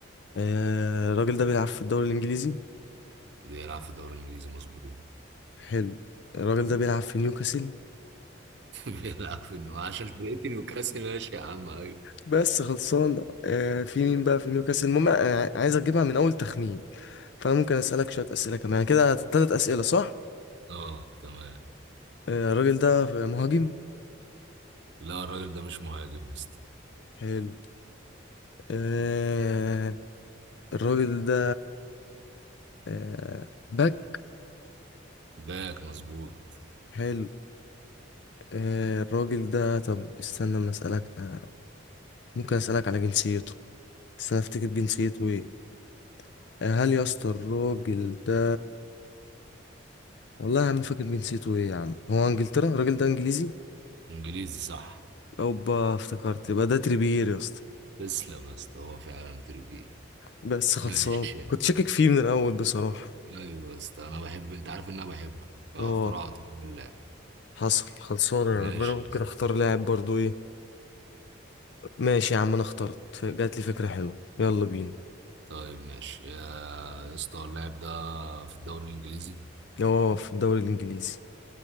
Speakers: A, on the left; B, on the right.
A: آه... الراجل ده بيلعب في الدوري الإنجليزي
B: بيلعب في الدوري الانجليزي مظبوط
A: حلو الراجل ده بيلعب في نيوكاسل
B: <laughs> بيلعب في نيو عشان فرقتي نيوكاسل ماشي يا عم ايوه
A: بس خلصان آه، في مين بقى في نيوكاسل المهم انا عايز اجيبها من اول تخمين فانا ممكن اسالك شويه اسئله كمان يعني كده ثلاث اسئله صح
B: اه تمام
A: آه، الراجل ده مهاجم
B: لا الراجل ده مش مهاجم يا اسطى
A: حلو آه، الراجل ده آه، باك
B: باك مظبوط
A: حلو آه، الراجل ده طب استنى ما اسالك آه، ممكن اسالك على جنسيته استنى افتكر جنسيته ايه آه، هل يا اسطى الراجل ده والله يا عم ما فاكر جنسيته ايه يا عم هو انجلترا الراجل ده انجليزي
B: انجليزي صح
A: اوبا افتكرت يبقى ده تريبيير يا اسطى
B: تسلم يا اسطى هو فعلا تريبي
A: بس خلصان
B: ماشي يا عم
A: كنت شاكك فيه من الاول بصراحة
B: ايوه يا اسطى انا بحب انت عارف ان انا بحبه فاخترعت
A: اه
B: اللاعب
A: حصل خلصان يا
B: ماشي
A: عم انا ممكن
B: يا اسطى
A: اختار لاعب برضو ايه ماشي يا عم انا اخترت ف- جات لي فكرة حلوة يلا بينا
B: طيب ماشي يا يا اسطى اللاعب ده في الدوري الانجليزي
A: اه في الدوري الانجليزي